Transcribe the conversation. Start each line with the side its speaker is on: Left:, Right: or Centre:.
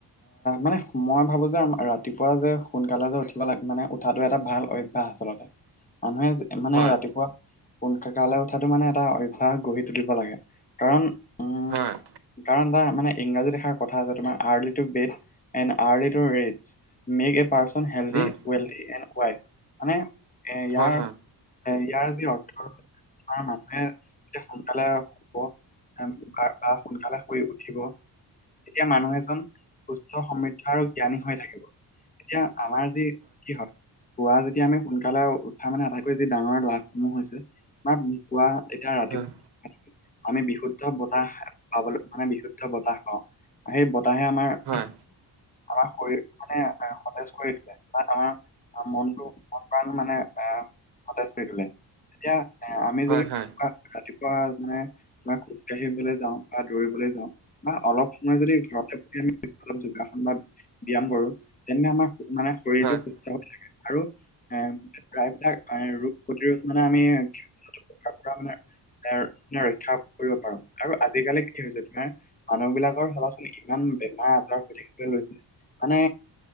Left: মানে মই ভাবোঁ যে ৰাতিপুৱা যে সোনকালে যে উঠিব লাগে মানে উঠাটো এটা ভাল অভ্য আচলতে মানুহে মানে
Right: হয়
Left: ৰাতিপুৱা সোনক কালে উঠাতটো মানে এটা অভ্য়াস গঢ়ি তুলিব লাগে কাৰণ উম
Right: হয়
Left: কাৰণ তাৰ মানে ইংৰাজী লিখাৰ কথা আছে তোমাৰ early to bed early to rise make a person healthy
Right: হয়
Left: ৱেলডি এণ্ড ৱাইচ মানে ইয়াৰ
Right: হয়
Left: ইয়াৰ যি অৰ্থ আমাৰ মানুহে এতিয়া সোনকালে শুব বা সোনকালে শ উঠিব এতিয়া মানুহ এজন সুস্থ সমৃদ্ধ আৰু জ্ঞানী হৈ থাকিব এতিয়া আমাৰ কি হয় পুৱা যেতিয়া আমি সোনকালে উঠা মানে আটাইকৈ যি ডাঙৰ লাভসমূহ হৈছে আমাৰ কুৱা এতিয়া ৰাতিপুৱা
Right: হয়
Left: আমি বিশুদ্ধ বতাহ পাবলৈ মানে বিশুদ্ধ বতাহ পাওঁ আৰু সেই বতাহে আমাৰ
Right: হয় হয়
Left: আমাৰ শৰীৰ মানে সতেজ কৰি তোলে বা আমাৰ মনটো মন প্ৰাণ মানে এ সতেজ কৰি তোলে। এতিয়া এ আমি
Right: হয়
Left: যদি
Right: হয়
Left: ৰাতিপুৱা মানে খোজ কাঢ়িবলে যাওঁ বা দৌৰিবলৈ যাওঁ বা অলপ সময় যদি ঘৰতে পঢ়ি আমি অলপ যোগাসন ব্যায়াম ব্যায়াম কৰো তেন্তে আমাৰ মানে শৰীৰটো
Right: হয়
Left: আৰু এ প্ৰায়বিলাক ৰোগ প্ৰতিৰোধ মানে আমি পৰা মানে এ ৰক্ষা কৰিব পাৰো আৰু আজি আজিকালি কি হৈছে তোমাৰ মানুহ বিলাকৰ চবাচোন ইমান বেমাৰ-আজাৰ হৈ থাকিবলৈ লৈছিল। মানে